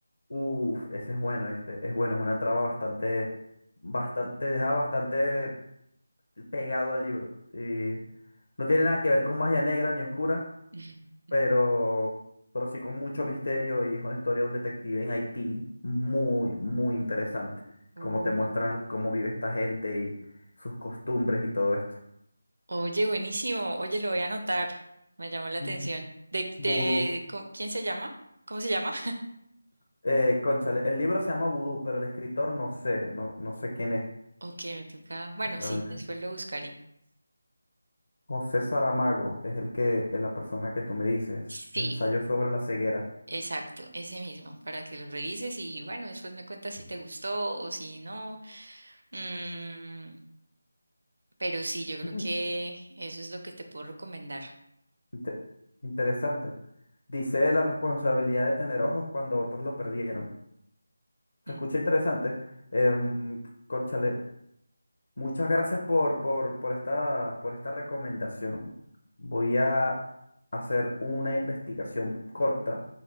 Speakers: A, on the left (about 70°); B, on the right (about 70°).
A: Uf, ese es bueno, ¿viste? Es bueno, es una trama bastante, bastante, te deja bastante pegado al libro. Y no tiene nada que ver con magia negra ni oscura,
B: <laughs>
A: pero, pero sí con mucho misterio y es una historia de un detective en Haití muy, muy interesante,
B: Ujú.
A: como te muestran cómo vive esta gente y sus costumbres y todo esto.
B: Oye, buenísimo. Oye, lo voy a anotar. Me llamó la atención.
A: Mm,
B: ¿De,
A: Vudú,
B: de co- quién se llama? ¿Cómo se llama? <laughs>
A: eh, cónchale, el libro se llama Vudú, pero el escritor no sé, no, no sé quién es
B: Ok, me toca. Bueno,
A: realmente.
B: sí, después lo buscaré.
A: José Saramago es el que, es la persona que tú me dices,
B: Sí,
A: ensayo sobre la ceguera.
B: exacto, ese mismo, para que lo revises y bueno, después me cuentas si te gustó o si no. Mm, pero sí, yo creo
A: Mm,
B: que eso es lo que te puedo recomendar.
A: inte- interesante. Dice la responsabilidad de tener ojos cuando otros lo perdieron. Se
B: Mm.
A: escucha interesante. Em, cónchale, muchas gracias por, por, por esta, por esta recomendación. Voy a hacer una investigación corta